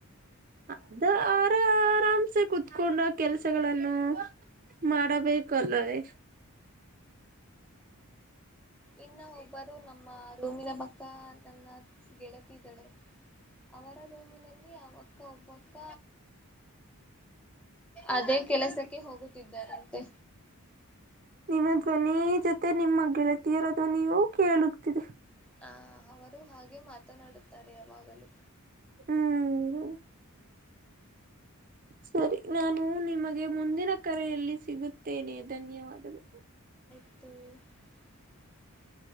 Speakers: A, on the right; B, in the centre.
A: ಅದ ಆರ ಆರಾಮ್ಸೆ ಕುೂತ್ಕೊಂಡ ಕೆಲ್ಸಗಳನ್ನು ಮಾಡಬೇಕಲ್ಲವೇ
B: ಇನ್ನು ಒಬ್ಬರು ನಮ್ಮ ರೂಮಿನ ಪಕ್ಕ ನನ್ನ ಗೆಳತಿದ್ದಳೆ ಅವರ ರೂಮಿನಲ್ಲಿ ಅಕ್ಕ ಒಬಕ್ಕ ಅದೇ ಕೆಲಸಕ್ಕೆ ಹೋಗುತ್ತಿದ್ದಾರಂತೆ
A: ನಿನ್ನ ಧ್ವನಿ ಜೊತೆ ನಿಮ ಗೆಳತಿಯರ ಧ್ವನಿಯು ಕೇಳುತಿದೆ
B: ಹ ಅವರು ಹಾಗೆ ಮಾತನಾಡುತ್ತಾರೆ ಯಾವಾಗಲೂ
A: ಹ್ಮ್ ಸರಿ ನಾನು ನಿಮಗೆ ಮುಂದಿನ ಕರೆಯಲ್ಲಿ ಸಿಗುತ್ತ ನೆ ಧನ್ಯವಾದಗಳು
B: ಹ್ಮ್